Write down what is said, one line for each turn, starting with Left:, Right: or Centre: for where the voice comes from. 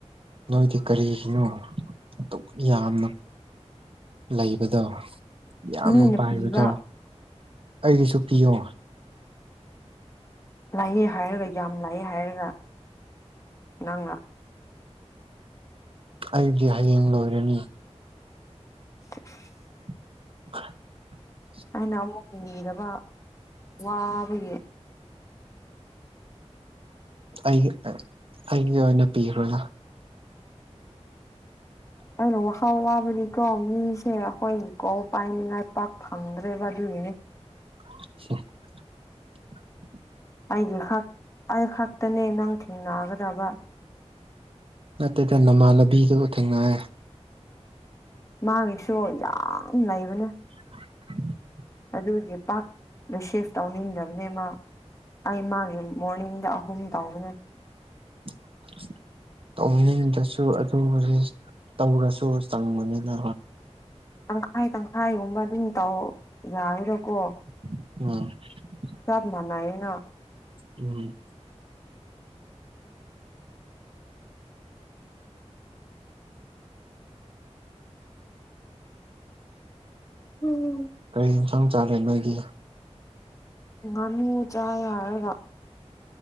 Right: ꯅꯣꯏꯗꯤ ꯀꯔꯤꯒꯤꯅꯣ ꯑꯗꯨꯛ ꯌꯥꯝꯅ꯫ ꯂꯩꯕꯗꯣ ꯌꯥꯝꯅ
Left: ꯃꯤꯅ
Right: ꯄꯥꯏꯕꯗꯣ꯫
Left: ꯄꯤꯕ
Right: ꯑꯩꯒꯤꯁꯨ ꯄꯤꯌꯣ꯫
Left: ꯂꯥꯏꯌꯦ ꯍꯥꯏꯔꯒ ꯌꯥꯝ ꯂꯥꯛꯌꯦ ꯍꯥꯏꯔꯒ ꯅꯪꯅ
Right: ꯑꯩꯗꯤ ꯍꯌꯦꯡ ꯂꯣꯏꯔꯅꯤ꯫
Left: <unintelligible>
Right: <unintelligible>
Left: ꯑꯩꯅ ꯑꯃꯨꯛ ꯅꯤꯗꯕ ꯋꯥꯕꯒꯤ꯫
Right: ꯑꯩ ꯑꯩꯒꯤ ꯑꯣꯏꯅ ꯄꯤꯈ꯭ꯔꯗꯥ
Left: ꯑꯩꯅ ꯋꯥꯥꯎ ꯋꯥꯕꯅꯤꯀꯣ ꯃꯤꯁꯦ ꯑꯩꯈꯣꯏꯒꯤꯀꯣ ꯄꯥꯏꯅꯤꯡꯉꯥꯏ ꯄꯥꯛ ꯐꯪꯗ꯭ꯔꯦꯕ ꯑꯗꯨꯒꯤꯅꯤ꯫
Right: ꯑ <inaudible>
Left: ꯑꯩꯒꯤ ꯈꯛ ꯑꯩ ꯈꯛꯇꯅꯦ ꯅꯪ ꯊꯦꯡꯅꯒꯗꯕ꯫
Right: ꯅꯠꯇꯦꯗ ꯅꯃꯥꯟꯅꯕꯤꯗꯨꯒ ꯊꯦꯡꯅꯔꯦ꯫
Left: ꯃꯥꯒꯤꯁꯨ ꯌꯥꯝ ꯂꯩꯕꯅꯦ꯫
Right: <unintelligible> <inaudible>
Left: ꯑꯗꯨꯒꯤ ꯄꯥꯛ ꯃꯦꯁꯦꯁ ꯇꯧꯅꯤꯡꯗꯕꯅꯦꯕꯥ꯫ ꯑꯩ ꯃꯥꯒꯤ ꯃꯣꯔꯅꯤꯡꯗ ꯑꯍꯨꯝ ꯇꯥꯎꯕꯅꯦ꯫
Right: <unintelligible> ꯇꯧꯅꯤꯡꯗꯔꯁꯨ ꯑꯗꯨ ꯍꯧꯖꯤ ꯇꯧꯔꯁꯨ ꯆꯪꯕꯅꯤꯅ꯫
Left: ꯇꯪꯈꯥꯏ ꯇꯪꯈꯥꯏꯒꯨꯝꯕ ꯑꯗꯨꯝ ꯇꯧ ꯌꯥꯔꯔꯀꯣ꯫
Right: <inaudible>
Left: ꯆꯥꯞ ꯃꯅꯥꯏꯅ꯫
Right: ꯎꯝ
Left: ꯎꯝ <unintelligible>
Right: ꯀꯔꯤ ꯌꯦꯟꯁꯥꯡ ꯆꯥꯒꯦ ꯅꯣꯏꯗꯤ
Left: ꯉꯅꯨ ꯆꯥ ꯍꯥꯏꯔꯒ